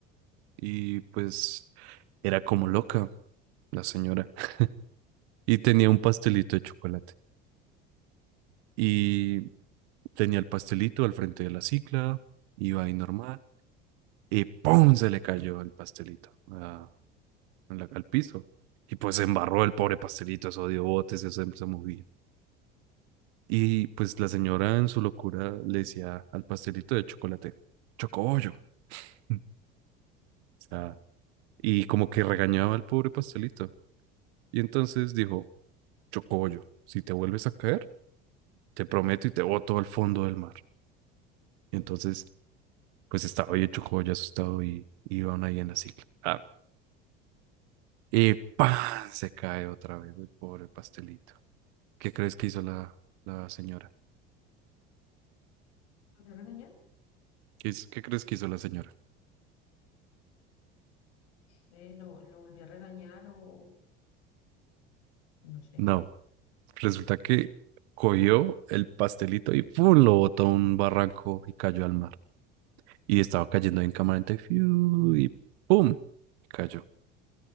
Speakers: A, on the right; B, on the left.
A: y pues era como loca la señora <laughs> y tenía un pastelito de chocolate y tenía el pastelito al frente de la cicla, iba ahí normal y ¡pum! se le cayó el pastelito ah, en la- al piso y pues se embarró el pobre pastelito, eso dio botes, eso se se movía. Y pues la señora en su locura le decía al pastelito de chocolate, chocobollo. <laughs> O sea, y como que regañaba al pobre pastelito. Y entonces dijo, chocobollo, si te vuelves a caer, te prometo y te boto al fondo del mar. Y entonces, pues estaba ahí el chocobollo asustado y y iban ahí en la cicla. Ah, y ¡pam! se cae otra vez el pobre pastelito. ¿Qué crees que hizo la, la señora?
B: ¿Volvió a regañar?
A: ¿Qué, hizo- qué crees que hizo la señora?
B: Eh, lo, lo volví a regañar o no sé.
A: No. Resulta que cogió el pastelito y ¡pum! lo botó a un barranco y cayó al mar. Y estaba cayendo en cámara lenta y ¡fiu! y ¡pum! cayó.